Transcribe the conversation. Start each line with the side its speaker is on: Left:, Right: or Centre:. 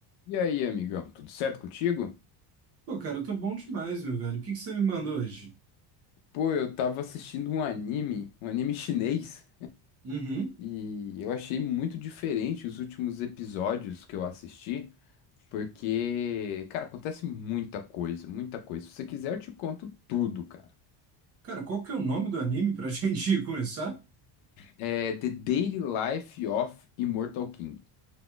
Left: E aí, amigão, tudo certo contigo?
Right: Pô, cara, eu tô bom demais, meu velho. O que que você me manda hoje?
Left: Pô, eu tava assistindo um anime, um anime chinês,
Right: Uhum.
Left: e eu achei muito diferente os últimos episódios que eu assisti, porque, cara, acontece muita coisa, muita coisa. Se você quiser, eu te conto tudo, cara.
Right: Cara, qual que é o nome do anime pra <laughs> gente começar?
Left: É The Daily Life of Immortal King.